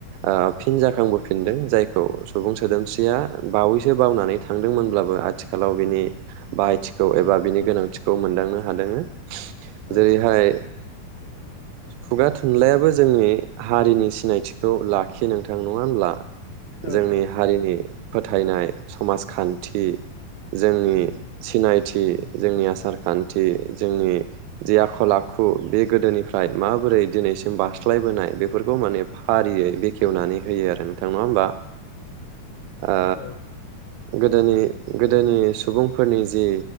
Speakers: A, on the right; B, on the left.
A: ओ फिन जाखांबोफिनदों
B: औ
A: जायखौ सुबुं सोदोमस्रिया बावैसो बावनानै थांदोंमोनब्लाबो आथिखालाव बिनि बाहायथिखौ एबा
B: औ
A: बिनि गोनांथि खौ मोनदांनो हादों।
B: औ
A: जेरैहाय खुगा थुनलाइयाबो जोंनि हारिनि सिनायथिखौ लाखियो नोंथां नङा होमब्ला।
B: औ
A: जोंनि
B: औ
A: हारिनि फोथायनाय समाजखान्थि जोंनि
B: नंगौ
A: सिनाय जोंनि आसार खान्थि जोंनि जि आखल आखु बे गोदोनिफ्राय माबोरै दिनैसिम बारास्लायबोनाय बेफोरखौ माने फारियै बेखेवनानै होयो आरो नोंथां नङा होनबा। आ
B: औ
A: गोदोनि गोदोनि सुबुं फोरनि जि